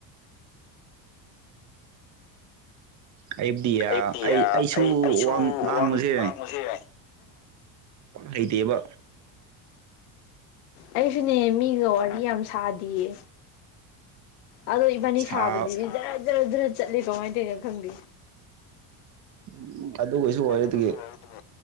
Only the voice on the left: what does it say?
ꯑꯩ ꯄꯤ
ꯑꯩ ꯑꯩꯁꯨ
ꯋꯥ ꯋꯥꯥꯡꯕꯁꯨ ꯌꯥꯏ
ꯑꯩꯁꯨꯅꯦ ꯃꯤꯒ ꯋꯥꯔꯤ ꯌꯥꯝ ꯁꯥꯗꯤꯌꯦ ꯑꯗꯣ ꯏꯕꯥꯅꯤ
ꯁꯥꯕꯗꯤ ꯖꯔ ꯖꯔ ꯖꯔ ꯆꯠꯂꯤ ꯀꯃꯥꯏꯅ ꯇꯧꯅꯣ ꯈꯪꯗꯦ
ꯑꯗꯨꯒꯤꯁꯨ
ꯑꯣꯏꯔꯗꯨꯕꯨ